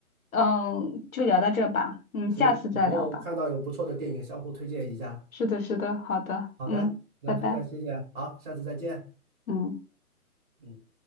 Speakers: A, on the left (about 65°); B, on the right (about 35°).
A: 嗯就聊到这吧，嗯，
B: 行，
A: 下次再聊吧。
B: 以后看到有不错的电影，相互推荐一下。
A: 是的，是的，好的，
B: 好的，
A: 嗯，
B: 那非常谢谢，
A: 拜拜，
B: 好，下次再见。
A: 嗯。
B: 嗯。